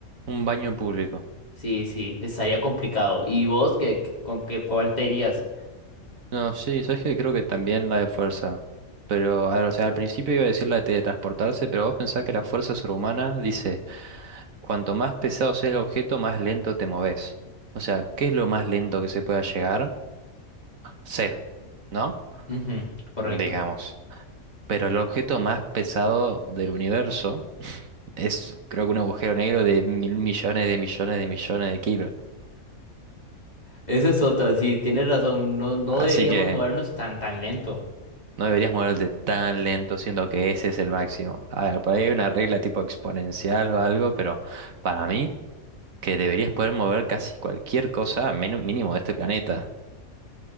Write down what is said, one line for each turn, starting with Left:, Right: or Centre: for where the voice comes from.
Right: Un baño público.
Left: Sí, sí, estaría complicado. ¿Y vos qué, qué- con qué, cuál te irías?
Right: No, sí, sabes que creo que también la de fuerza. Pero, a ver, o sea, al principio iba a decir la de teletransportarse, pero vos pensás que la fuerza sobrehumana dice. Cuanto más pesado sea el objeto, más lento te moves. O sea, ¿qué es lo más lento que se pueda llegar? Cero, ¿no?
Left: Ujú, correcto.
Right: Digamos. Pero el objeto más pesado del universo es, creo que un agujero negro de mil millones de millones de millones de kilos.
Left: Esa es otra, sí, tienes razón. No, no
Right: Así
Left: deberíamos
Right: que
Left: movernos tan, tan lento.
Right: no deberías moverte tan lento, siendo que ese es el máximo. A ver, por ahí hay una regla tipo exponencial o algo, pero para mí, que deberías poder mover casi cualquier cosa, menu- mínimo de este planeta.